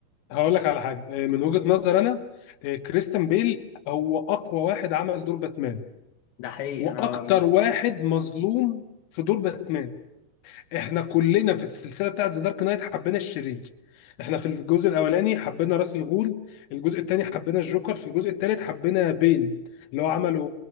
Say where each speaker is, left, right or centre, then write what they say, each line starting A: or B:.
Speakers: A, on the left; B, on the left.
A: هقول لك على حاجة آه، من وجهة نظر أنا آه، كريستيان بيل هو أقوى واحد عمل دور باتمان
B: ده حقيقي
A: وأكتر
B: انا
A: واحد مظلوم في دور باتمان احنا كلنا في السلسله بتاعت ذا دارك نايت حبينا الشرير احنا في الجزء الاولاني حبينا راس الغول الجزء الثاني حبينا الجوكر في الجزء الثالث حبينا بين اللي هو عمله